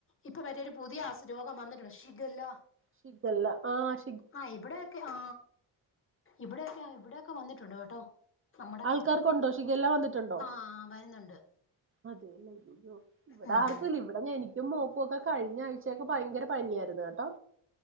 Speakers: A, on the left; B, on the right.
A: ഇപ്പൊ വരെ പുതിയ അസു രോഗം വന്നിട്ടുണ്ട് ശിഗല്ല
B: ശിഗല്ല ആഹ്
A: ആ ഇവിടെയൊക്കെ ആ ഇവിടെയൊക്കെ ഇവിടൊക്കെ വന്നിട്ടുണ്ട് കേട്ടോ നമ്മടൊക്കെ
B: ആൾക്കാർക്കുണ്ടോ
A: ഇവിടെ
B: ഷിഗല്ല വന്നിട്ടുണ്ടോ
A: ആ വരുന്നുണ്ട്
B: അതെല്ലേ ഇയ്യോ ഇവിടാർക്കും
A: ഉം
B: ഇല്ല ഇവിടെ എനി ക്കും മോൾക്കൊക്കെ കഴിഞ്ഞ ആഴ്ച്ചക്കെ ഭയങ്കര പനിയായിരുന്നു കേട്ടോ.